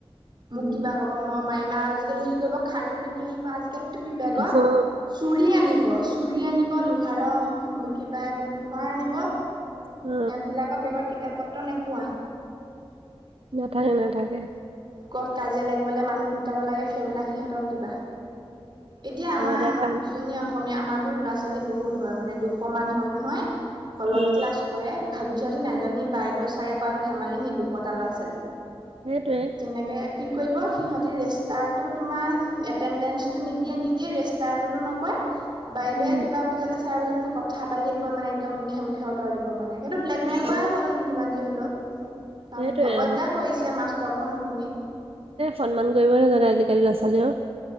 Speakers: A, on the right; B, on the right.
A: উম
B: মোক কিবা ক'ব মই মাৰিম আজিকালি কি কৰিব খাৰু পিন্ধি আহিব আজিকালি তুমি বেগত
A: অ
B: চুৰি আনিব চুৰি আনিব লোহাৰৰ কিবা এইবোৰ লোহাৰ আনিব।
A: অ
B: সেইবিলাকৰ বেগত কিতাপ পত্ৰ নোপোৱা।
A: নাথাকে নাথাকে।
B: ক'ত কাজিয়া লাগিবলৈ মানুহ গোটাব লাগে সেইবিলাক সিহঁতক দিবা। এতিয়া আমাৰ
A: আগতে কাৰণ
B: উজনি অসম অসমীয়া আমাৰতো ল'ৰা ছোৱালী বহুত হয় মানে দুশমান হয় নহয় হ'লত
A: উম
B: ক্লাছ কৰে। ভাবিছাচোন এজনী বাইদেউ ছাৰে কৰাটো ধেমালি নেকি দুশটা ল'ৰা ছোৱালী।
A: সেইটোৱে
B: তেনেকে কি কৰিব সিহঁতি ৰেষ্টাৰটো তোমাৰ এটেণ্ডেঞ্চটো নিদিয়ে নিদিয়ে ৰেষ্ট ৰতো নকয় বাইদেৱে
A: উম
B: কিবা বুজালে চাইলৈ মানে কথা পাতি থাকিব মানে একদম মুখে মুখে উত্তৰ দিব মানে। সেইটো ব্লে একমেল কৰাই
A: অ
B: হ'ল যিমান যি হ'লেও কাৰণ
A: সেইটোৱে
B: অৱজ্ঞা
A: অ
B: কৰিছে মাষ্টৰটোৰ কথা নুশুনি।
A: সন্মান কৰিব নাজানে আজিকালি ল'ৰা ছোৱালীয়ে অ'।